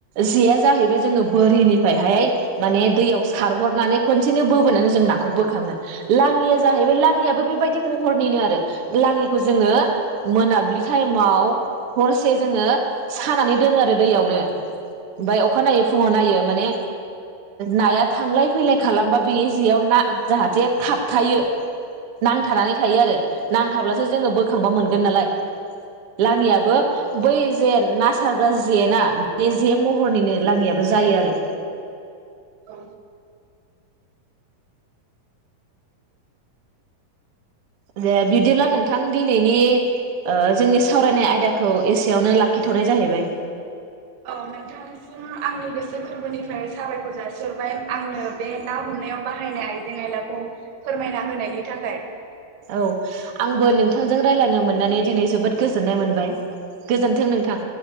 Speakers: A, on the right; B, on the right.
A: जेया जाहैबाय जोङो बोरिनिफ्रायहाय माने दैयाव सारहरनानै खनसेनो बबोनानै जों नाखौ बोखाङो लाङिया जाहैबाय लाङियाबो बेबायदि महरनिनो आरो लाङिखौ जोङो मोनाब्लि टाइमाव हर से जोङो सानानै दोनो आरो दैयावनो ओमफ्राय अखा नायै फुङाव नायो माने नाया थांलाय फैलाय खालामबा बे जेयाव ना जाहाथे थाबथायायो नांथानानै थायो आरो नांथाब्लासो जोङो बोखांबा मोनगोन नालाय लाङियाबो बै जे ना सारग्रा जेना बे जे महरनिनो लाङियाबो जायो आरो।
B: औ।
A: दे बिदिब्ला नोंथां दिनैनि ओ जोंनि सावरायनाय आयदाखौ एसेयावनो लाखिथ'नाय जाहैबाय।
B: औ नोंथांनिसिम आंनि गोसो गोरबोनिफ्राय साबायखर जासिरबाय आंनो बे ना हमनायाव बाहायनाय आइजें आयलाखौ फोरमायना होनायनि थाखाय।
A: औ आंबो नोंथांजों रायज्लायनो मोननानै दिनै जोबोद गोजोननाय मोनबाय, गोजोन्थों नोंथां।